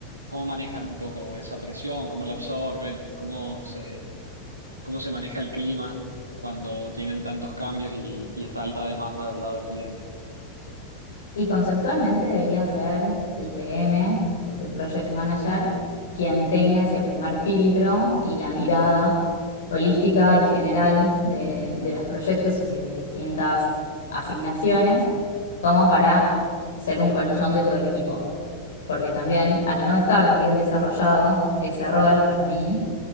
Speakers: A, on the right (about 80°); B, on the left (about 65°).
A: cómo manejan un poco esa presión? ¿Cómo la absorben? ¿Cómo se, cómo se maneja el clima cuando tienen tantos cambios y, y está alta demanda del lado del cliente.
B: Y conceptualmente debería ser el PM, que es el Project Manager, quien tenga ese primer filtro y la mirada holística y general de, de los proyectos y de las distintas asignaciones, como para ser un colchón de todo el equipo. Porque también al no estar bien desarrollado ese rol para mí,